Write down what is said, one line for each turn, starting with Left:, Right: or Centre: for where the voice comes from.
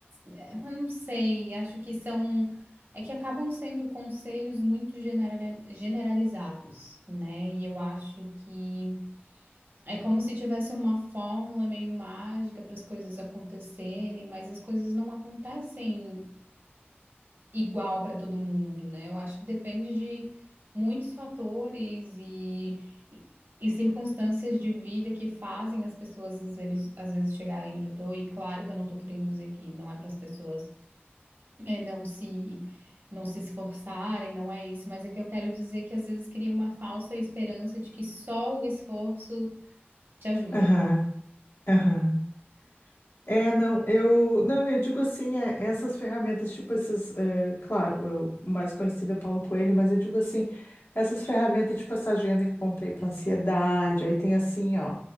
Right: eh, eu não sei, acho que são é que acabam sendo conselhos muito genera- generalizados, né? E eu acho que É como se tivesse uma fórmula meio mágica para as coisas acontecerem, mas as coisas não acontecem igual para todo mundo, né? Eu acho que depende de muitos fatores e, e, e circunstâncias de vida que fazem as pessoas às vezes, às vezes chegarem onde eu estou. E claro que eu não estou querendo dizer que não é para as pessoas é, não se não se esforçarem, não é isso, mas é que eu quero dizer que às vezes cria uma falsa esperança de que só o esforço te ajuda.
Left: Aham, aham. É, não, eu não, eu digo assim, é, essas ferramentas, tipo esses, é, claro, eu- o mais conhecido é Paulo Coelho, mas eu digo assim, essas ferramentas, tipo essa agenda que eu comprei para ansiedade, aí tem assim, ó,